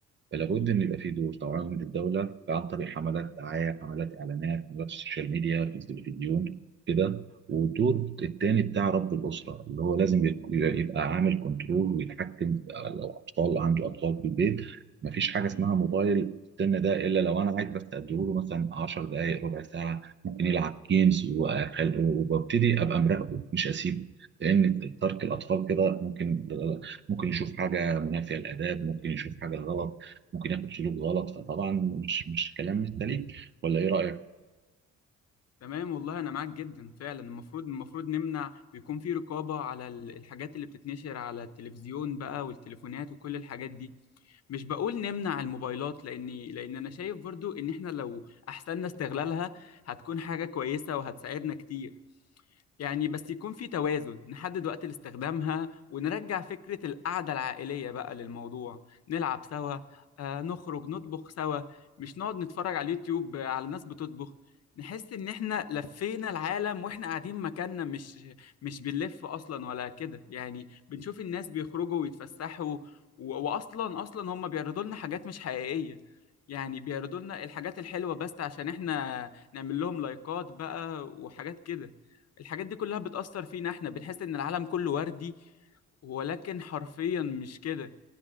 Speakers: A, on the right; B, on the left.
A: فلا بد ان يبقى في دور توعيه من الدوله عن طريق حملات دعايه حملات اعلانات حملات السوشيال ميديا في التلفزيون كده والدور التاني بتاع رب الاسره اللي هو لازم يك- يبقى عامل كنترول ويتحكم في- لو اطفال عنده اطفال في البيت مفيش حاجه اسمها موبايل في السن ده الا لو انا عايز بس اديله مثلا 10 دقائق ربع ساعه ممكن يلعب جيمز وأخل- وببتدي ابقى مراقبه مش اسيبه لان ترك الاطفال كده ممكن ممكن يشوف حاجه منافيه للاداب ممكن يشوف حاجه غلط ممكن ياخد سلوك غلط فطبعا مش مش كلام مش سليم ولا ايه رأيك؟
B: تمام والله أنا معاك جدا فعلا المفروض المفروض نمنع ويكون في رقابة على ال- الحاجات اللي بتتنشر على التلفزيون بقى والتليفونات وكل الحاجات دي مش بقول نمنع الموبايلات لأني لأن أنا شايف برضه إن إحنا لو أحسننا استغلالها هتكون حاجة كويسة وهتساعدنا كتير يعني بس يكون في توازن نحدد وقت لاستخدامها ونرجع فكرة القعدة العائلية بقى للموضوع نلعب سوا آه، نخرج نطبخ سوا مش نقعد نتفرج على اليوتيوب آه، على ناس بتطبخ نحس ان احنا لفينا العالم واحنا قاعدين مكاننا مش مش بنلف اصلا ولا كده يعني بنشوف الناس بيخرجوا ويتفسحوا و- واصلا اصلا هم بيعرضوا لنا حاجات مش حقيقية يعني بيعرضوا لنا الحاجات الحلوة بس عشان احنا نعمل لهم لايكات بقى وحاجات كده الحاجات دي كلها بتأثر فينا احنا بنحس ان العالم كله وردي ولكن حرفيا مش كده